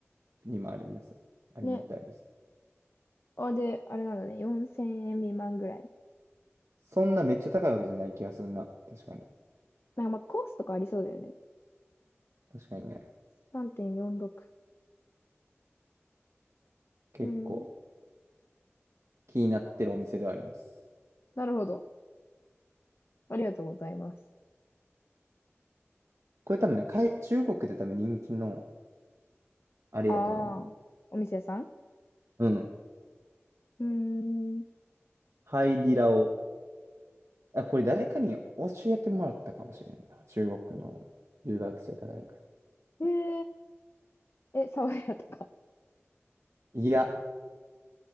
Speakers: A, on the right; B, on the left.
A: にもあります。ありみたいです。
B: ね。あ、で、あれなんだね。4000円未満ぐらい。
A: そんなめっちゃ高いわけじゃない気がするな。確かに。
B: まあ、まあ、コースとかありそうだよね。
A: 確かにね。
B: 3.46。
A: 結構
B: うん、
A: 気になってるお店ではあります。
B: なるほど。ありがとうございます。
A: これ多分ね、かい中国で多分人気のあれやと思うね。
B: ああ、お店屋さん
A: うん。
B: うーん、
A: ハイディラを。あ、これ誰かに教えてもらったかもしれんな。中国の留学生か誰か
B: えー、え、爽やとか。
A: に。いや、